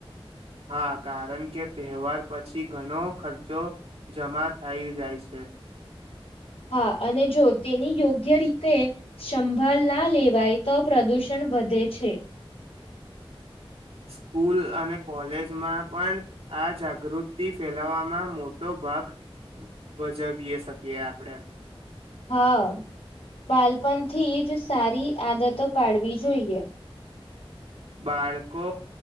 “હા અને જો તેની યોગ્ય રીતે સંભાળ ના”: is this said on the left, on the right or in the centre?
Left